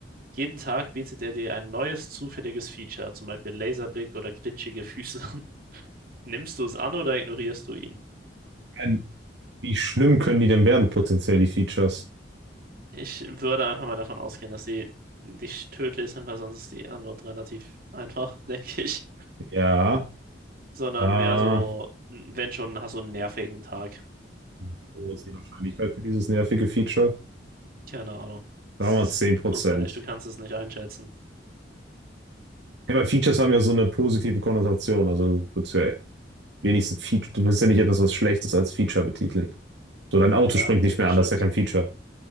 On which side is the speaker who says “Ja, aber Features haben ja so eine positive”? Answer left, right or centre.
Right